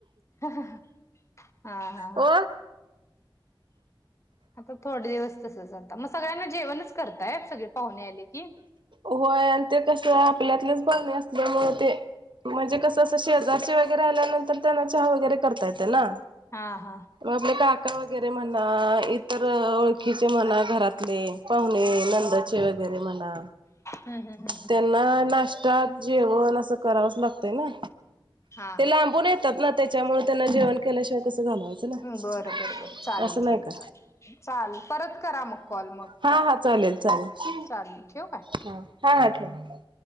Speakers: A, on the left; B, on the right.
A: हा, हा, हा हा.
B: हो
A: आता थोडे दिवस तसच आता म सगळ्यांना जेवणच करताय सगळे पाहुणे आले की?
B: व्हय आणि ते कस आपल्यातलेच पाहुणे असल्यामूळ ते म्हणजे कसं असं शेजारचे वगैरे आल्यानंतर त्यांना चहा वगैरे करता येते ना.
A: हा हा.
B: म आपले काका वगैरे म्हणा इतर ओळ ळखीचे म्हणा, घरातले पाहुणे, नंदचे वगैरे म्हणा
A: हुं, हुं, हुं.
B: तेना नाष्टा, जेवण आसं करावंच लागतंय ना.
A: हा
B: ते लांबून येतात ना तेच्यामुळ त्यांना जेवण केल्याशिवाय कसं घालवायचं ना
A: बर बर बर चालेल
B: असं नाही
A: चालेल
B: का
A: चालेल चाल परत करा म कॉल मग.
B: हा हा चालेल चालेल.
A: चालेल ठेवू काय?
B: ह हा हा ठेवा.